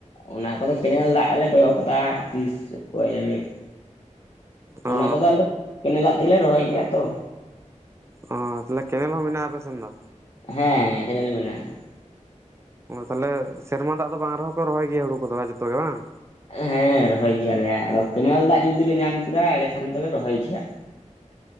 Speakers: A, on the left; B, on the right.
A: ᱚᱱᱟ ᱠᱚᱫᱚ ᱠᱮᱱᱮᱞ ᱫᱟᱜ ᱞᱮ ᱠᱚᱭᱚᱜ ᱠᱟᱫᱟ ᱛᱤᱥ ᱠᱚ ᱮᱢᱮᱫ᱾ ᱚᱱᱟ
B: ᱚ
A: ᱠᱚᱫᱚ ᱟᱞᱮ ᱠᱮᱱᱮᱞ ᱫᱟᱜ ᱛᱮᱜᱮ ᱞᱮ ᱨᱚᱦᱚᱭ ᱜᱮᱭᱟ ᱛᱚ᱾
B: ᱚ ᱛᱟᱞᱦᱮ ᱠᱮᱱᱮᱞ ᱦᱚᱸ ᱢᱮᱱᱟᱜ-ᱟ ᱟᱯᱮ ᱥᱮᱱ ᱫᱚ?
A: ᱦᱮᱸ ᱦᱮᱸ ᱠᱮᱱᱮᱞ ᱢᱮᱱᱟᱜ-ᱟ᱾
B: ᱛᱟᱞᱦᱮ ᱥᱮᱨᱢᱟ ᱫᱟᱜ ᱫᱚ ᱵᱟᱝ ᱨᱮᱦᱚᱸ ᱯᱮ ᱨᱚᱦᱚᱭ ᱜᱮᱭᱟ ᱦᱩᱲᱩ ᱠᱚᱫᱚ ᱡᱚᱛᱚ ᱜᱮ ᱵᱟᱝ?
A: ᱦᱮᱸ ᱨᱚᱦᱚᱭ ᱜᱮᱭᱟ ᱞᱮ ᱟᱫᱚ ᱠᱮᱱᱮᱞ ᱫᱟᱜ ᱡᱩᱫᱤ ᱞᱮ ᱧᱟᱢ ᱠᱮᱫᱟ ᱮᱸᱲᱮ ᱠᱷᱟᱱ ᱫᱚᱞᱮ ᱨᱚᱦᱚᱭ ᱜᱮᱭᱟ᱾